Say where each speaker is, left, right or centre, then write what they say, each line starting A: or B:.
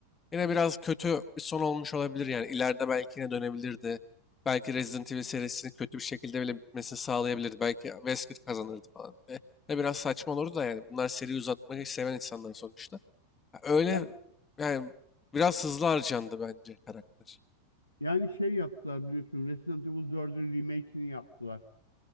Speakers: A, on the left; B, on the left.
A: yine biraz kötü bir son olmuş olabilir. Yani ileride belki yine dönebilirdi. Belki Resident Evil serisini kötü bir şekilde bile bitmesini sağlayabilirdi. Belki Wesker kazanırdı falan. E, ne biraz saçma olurdu da yani bunlar seri uzatmayı seven insanlar sonuçta. Öyle
B: Yani,
A: yani biraz hızlı harcandı bence karakter.
B: yani şey yaptılar biliyorsun Resident Evil 4'ün remake'ini yaptılar.